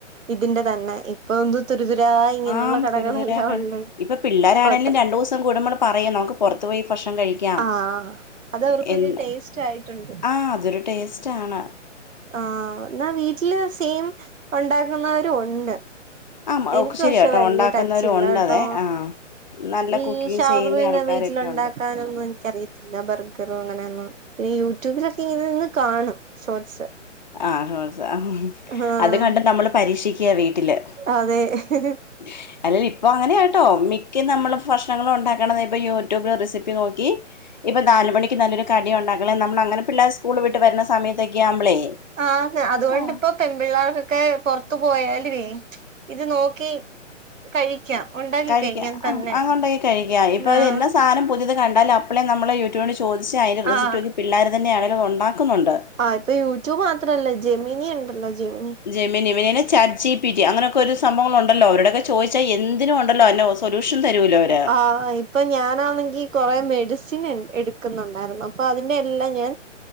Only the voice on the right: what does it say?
ഇതിന്റെ തന്നെ ഇപ്പൊ തുരുതുരാ ഇങ്ങനെയുള്ള
കടകളെല്ലാം
ഉള്ള്
ഹോട്ടൽ
ആഹ് അത് അവർക്കൊരു
ടേസ്റ്റ് ആയിട്ടുണ്ട്
ആഹ് ന്നാ വീട്ടില് സെയിം ഒണ്ടാക്കുന്നവരൂണ്ട്.
എനിക്ക്
പഷെ വലിയ
ടച്ച് ഇല്ലാട്ടോ.
ഈ
ഷവർമയൊന്നും
വീട്ടിലുണ്ടാക്കാനൊന്നും
എനിക്കറിയത്തില്ല ബർഗറും അങ്ങനെയൊന്നും, പിന്നെ യൂട്യൂബിലൊക്കെ ഇങ്ങനെ നിന്ന് കാണും ഷോർട്സ്.
ആഹ്
അതെ ഇഹിഹി.
ആഹ് അതുകൊണ്ടിപ്പോ
പെൺപിള്ളാർക്കൊക്കെ പുറത്തു പോയാലുവേ ഇത് നോക്കി കഴിക്കാം
ഉണ്ടാക്കി
കഴിക്കാം തന്നെ
ആഹ്
ആഹ്
ആഹ് ഇപ്പൊ യൂട്യൂബ് മാത്രല്ല ജെമിനി ഉണ്ടല്ലോ ജെമിനി.
ആഹ് ഇ ഇപ്പൊ ഞാനാണെങ്കി കൊറെ മെഡിസിൻ എ എടുക്കുന്നുണ്ടായിരുന്നു അപ്പൊ അതിന്റെ എല്ലാം ഞാൻ